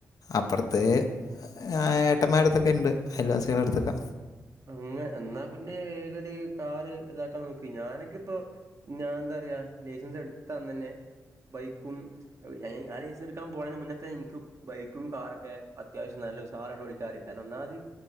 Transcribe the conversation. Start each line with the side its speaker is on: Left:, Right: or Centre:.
Left: അപ്പറ്ത്ത് ഏഹ് ഏട്ടന്മാരട്ത്തൊക്കെ ഇണ്ട് അയൽവാസികൾടെ ട്ത്തൊക്കെ
Right: അങ്ങെ എന്നാ പിന്നെ <unintelligible> കാറ് ഇതാക്കാൻ നോക്ക് ഞാനൊക്കെ ഇപ്പോ ഞാൻന്താ പറയാ ലൈസൻസ് എടുത്തന്ന് തന്നെ ബൈക്കും ഞാന് ഞാന് ലൈസ് എട്ക്കാൻ പോയേന മുന്നത്തെ ഇൻക്ക് ബൈക്കും കാറൊക്കെ അത്യാവശ്യം നല്ല ഉസാറായിട്ട് ഓടിക്കാന് കാരണം ഒന്നാമത്